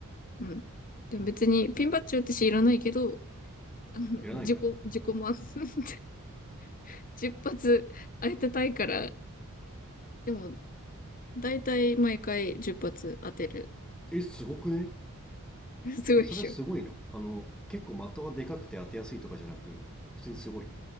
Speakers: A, on the left; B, in the centre.
A: うん。でも別に、ピンバッジ私いらないけど、あの、
B: いらないかい。
A: 自己、自己満。<laughs> 10発当てたいから、でも、だいたい毎回10発当てる。
B: え、すごくね
A: <laughs> すごいっしょ。
B: え、それはすごいのあの、結構的がでかくて当てやすいとかじゃなく、普通にすごい。